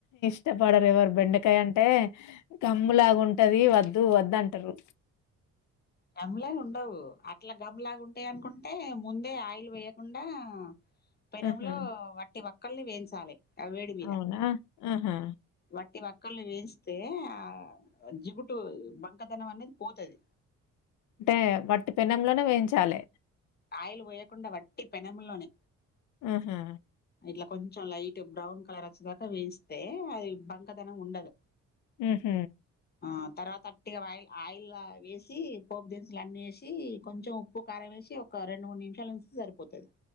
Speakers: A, on the left; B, on the left.
A: ఇష్టపడరు ఎవరు బెండకయ్ అంటే గమ్ములాగా ఉంటది వద్దు వదు అంటరు
B: టమ్ లాగా ఉండవు అట్లా గమ్ లాగా ఉంటాయనుకుంటే ముందే ఆయిల్ వేయకుండా పేనంలో
A: ఆహా!
B: వట్టి వక్క ల్ నే వెంచాలే అ వేడి మీద
A: అవునా? ఆహా!
B: వట్టి వక్ ముక్కల్ని వెంచ్తే ఆ జిగుటు బంకతనం అనేది పోతది.
A: అంటే వట్టి పెన్నంలోనే వేయించాలే
B: ఆయిలు పోయకుండా వట్టి పెనములోనే
A: ఊహు
B: ఇట్లా కొంచెం లైట్గా బ్రౌన్ కలర్ అచ్చేదాకా వెంచ్తే అది బంకదనం ఉండదు.
A: ఉహ్
B: ఆ తర్ వత అట్టిగా ఆయిల్ ఆయిల వేసి పోపు దిన్ స్ లు అన్ని ఏషి కొంచమ్ ఉప్పు కారవేశి ఒక రొండు మూడు నిమ్ షాలుంస్ సరిపోతది